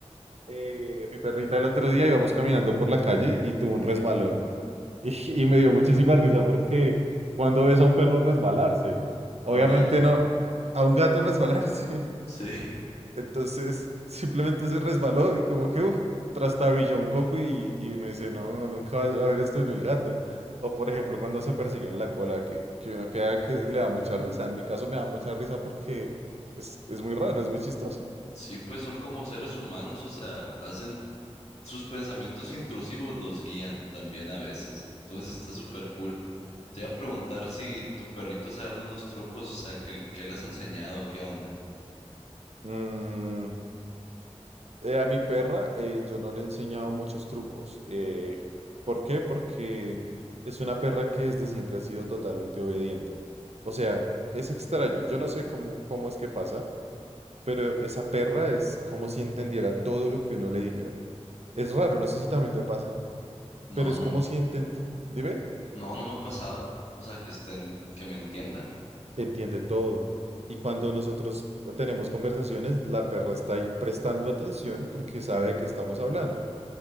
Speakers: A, on the right (about 70°); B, on the left (about 70°).
A: eh, mi perrita el otro día íbamos caminando por la calle y tuvo un resbalón. <laughs> Y,
B: Ujú.
A: y me dio muchísima risa porque cuando ves a un perro resbalarse, obviamente
B: A un gato,
A: no, a un gato resbalarse. <laughs>
B: sí.
A: Entonces simplemente se resbaló y como que uf, trastabilló un poco y, y uno dice, no, no, nunca vas a ver esto en el gato. O por ejemplo, cuando se persiguen la cola, que, que uno queda que le da mucha risa. En mi caso me da mucha risa porque es, es muy raro, es muy chistoso.
B: Sí, pues son como seres humanos, o sea, hacen sus pensamientos intrusivos los guían también a veces. Entonces está súper cool. Te iba a preguntar si tu perrito sabe algunos trucos, o sea, que, que le has enseñado, qué onda.
A: Mm, Eh, a mi perra eh, yo no le he enseñado muchos trucos. eh, ¿por qué? Porque es una perra que desde siempre ha sido totalmente obediente. O sea, es extraño. Yo no sé cómo, cómo es que pasa, pero esa perra es como si entendiera todo lo que uno le dijera. Es raro, no sé si también te pasa,
B: No,
A: pero es
B: no,
A: como
B: no.
A: si entendiera, dime,
B: No, no me ha pasado. O sea, que estén, que me entienda.
A: entiende todo. Y cuando nosotros tenemos conversaciones, la perra está ahí prestando atención porque sabe que estamos hablando.